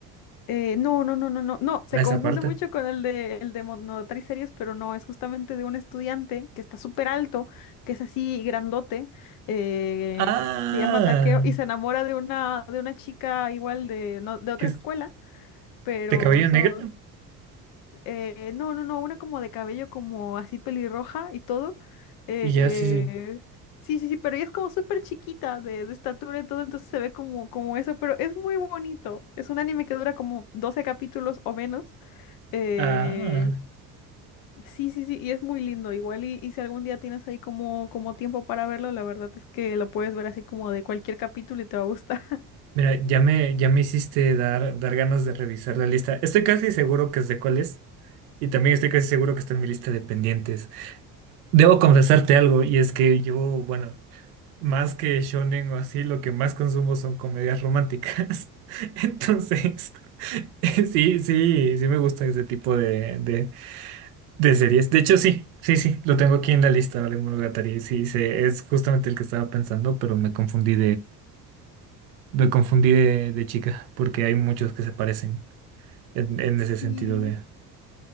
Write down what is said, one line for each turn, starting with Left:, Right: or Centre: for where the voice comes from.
Left: Eh, no, no, no, no, no, no, se
Right: a esa
Left: confunde
Right: parte.
Left: mucho con el de, el de Monogatari series, pero no, es justamente de un estudiante que está súper alto, que es así grandote, eh,
Right: Ah,
Left: que se llama Takeo y se enamora de una, de una chica igual de, no, de otra
Right: es
Left: escuela, pero
Right: de cabello
Left: eso
Right: negro.
Left: Eh, no, no, no, una como de cabello como así pelirroja y todo. Eh,
Right: Ya, sí, sí.
Left: sí, sí, sí, pero ella es como súper chiquita de, de estatura y todo, entonces se ve como, como eso, pero es muy bonito. Es un anime que dura como 12 capítulos o menos. Eh,
Right: Ah.
Left: sí, sí, sí, y es muy lindo. Igual y, y si algún día tienes ahí como, como tiempo para verlo, la verdad es que lo puedes ver así como de cualquier capítulo y te va a gustar.
Right: Mira, ya me, ya me hiciste dar, dar ganas de revisar la lista. Estoy casi seguro que sé cuál es y también estoy casi seguro que está en mi lista de pendientes. Debo confesarte algo y es que yo, bueno, más que shonen o así, lo que más consumo son comedias románticas. <laughs> Entonces, <laughs> sí, sí, sí me gusta ese tipo de, de, de series. De hecho, sí, sí, sí, lo tengo aquí en la lista, Vale Monogatari. Sí, sí, es justamente el que estaba pensando, pero me confundí me confundí de, de chica, porque hay muchos que se parecen en, en
Left: <laughs>
Right: ese sentido
Left: Sí.
Right: de